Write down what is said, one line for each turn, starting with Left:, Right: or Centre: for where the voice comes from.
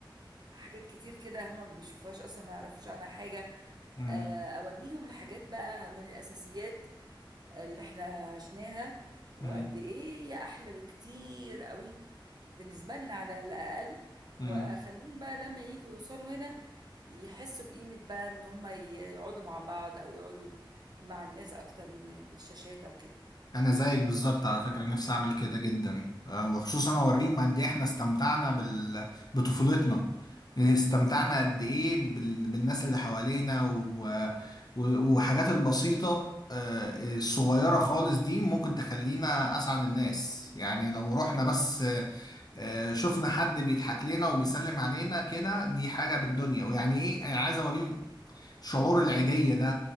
Right: حاجات كتير كده هما ما بيشوفوهاش اصلا ما يعرفوش عنها حاجة
Left: مم.
Right: آه، اوريهم الحاجات بقى من الاساسيات اللي احنا عشناها وقد
Left: مم.
Right: ايه هي احلى بكتير قوي بالنسبة لنا على الاقل
Left: مم.
Right: واخليهم بقى لما يجوا يوصلوا هنا يحسوا بقيمة بقى ان هما يقعدوا مع بعض او يقعدوا مع الناس اكتر من الشاشات او كده
Left: انا زيك بالظبط على فكره نفسي اعمل كده جدا آه، وخصوصا اوريهم قد ايه احنا استمتعنا بال... بطفولتنا استمتعنا قد ايه بال... بالناس اللي حوالينا و... و... وحاجات البسيطه آه، الصغيره خالص دي ممكن تخلينا اسعد الناس يعني لو رحنا بس آه، شفنا حد بيضحك لنا وبيسلم علينا كده دي حاجه بالدنيا ويعني ايه أنا عايز اوريهم شعور العيديه ده